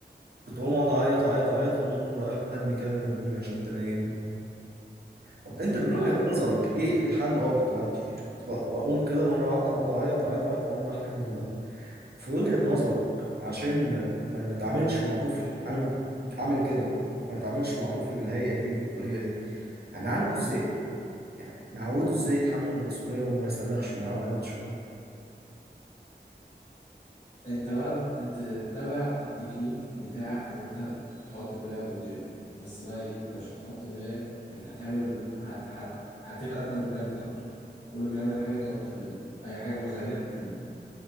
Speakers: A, on the right (about 60°); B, on the left (about 40°).
A: كنت بقوم اقعد اعيط اعيط اعيط واقوم رايح مرمي كده جنب امي عشان تنيمني طب انت
B: كنت
A: من
B: بتعيط
A: وجهة نظرك ايه الحل اه كنت بعيط كتير كنت بق- بقوم كده مره واحده اقعد اعيط اعيط اعيط واقوم رايح نايم جنبها في وجهة نظرك عشان ما ما نتعاملش مع طفل عامل عامل كده ما نتعاملش مع طفل بالهيئة دي وبالطريقة دي هنعالجه ازاي؟ يعني نعوده ازاي يتحمل المسؤولية وما يصرخش وما يعيطش
B: انت بقى تتبع التكنيك بتاع ان انت تحط مراية قدام بس بقى ايه انت مش هتحط مراية انت هتعمل هت... هت... هتبقى انت المراية بتاعته كل ما يعمل حاجة تقعد تقلده اي حاجة مزعجة تقلده